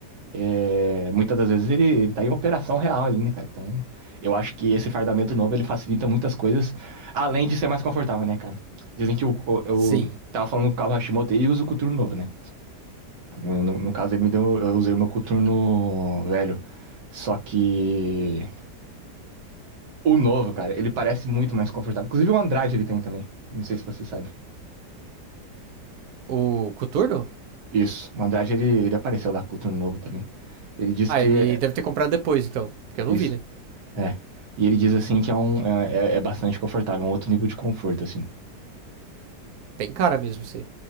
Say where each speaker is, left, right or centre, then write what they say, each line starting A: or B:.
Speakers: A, on the right (about 85°); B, on the right (about 65°).
A: É, muitas das vezes ele, ele tá em operação real ali, né, cara? Então, eu acho que esse fardamento novo ele facilita muitas coisas, além de ser mais confortável, né, cara? Dizem que o, o- eu
B: Sim.
A: tava falando com o Cabo Hashimoto e uso o coturno novo, né? No, no caso, ele me deu, eu usei o meu coturno velho. Só que o novo, cara, ele parece muito mais confortável. Inclusive o Andrade ele tem também. Não sei se você sabe.
B: O Coturno?
A: Isso, o Andrade ele, ele apareceu lá com o coturno novo também. Ele disse
B: Ah,
A: que
B: ele
A: é
B: deve ter comprado depois, então, porque eu
A: isso.
B: não vi, né?
A: É. E ele diz assim que é um é, é é bastante confortável, é um outro nível de conforto, assim.
B: Tem cara mesmo, sim.